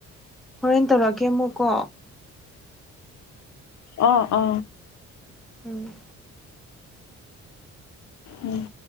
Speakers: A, in the centre; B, on the left.
A: ꯍꯣꯔꯦꯟ ꯇꯧꯔꯛꯀꯦ ꯑꯃꯨꯛꯀꯣ
B: ꯑꯣ ꯑ
A: ꯎꯝ
B: ꯎꯝ